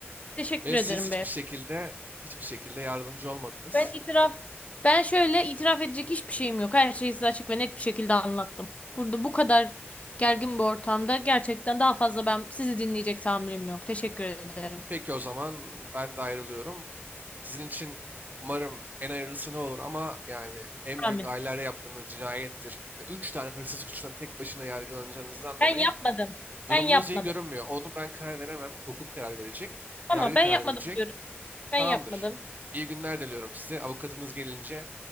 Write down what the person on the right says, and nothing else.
ve
siz hiçbir
şekilde hiçbir şekilde yardımcı olmadınız.
Peki o zaman ben de ayrılıyorum. Sizin için umarım en hayırlısı ne olur ama yani en
büyük ailelerde yaptığınız cinayettir. Ve üç tane hırsızlık suçundan tek başına yargılanacağınızdan dolayı
durumunuz
iyi görünmüyor. Onu ben karar veremem. Hukuk karar verecek.
Yargı
karar
verecek.
Tamamdır.
İyi günler diliyorum size. Avukatınız gelince